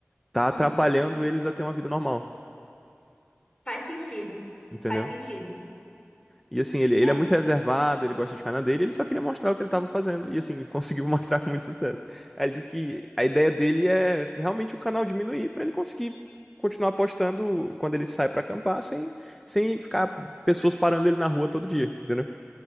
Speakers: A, in the centre; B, on the left.
A: tá atrapalhando
B: Hum,
A: eles a ter uma vida normal,
B: faz sentido.
A: entendeu?
B: Faz sentido.
A: E assim, ele, ele
B: É.
A: é muito reservado, ele gosta de ficar na dele, ele só queria mostrar o que ele estava fazendo. E assim, <laughs> conseguiu mostrar com muito sucesso. Aí ele disse que a ideia dele é realmente o canal diminuir para ele conseguir continuar postando quando ele sai para acampar, sem, sem ficar pessoas parando ele na rua todo dia, entendeu?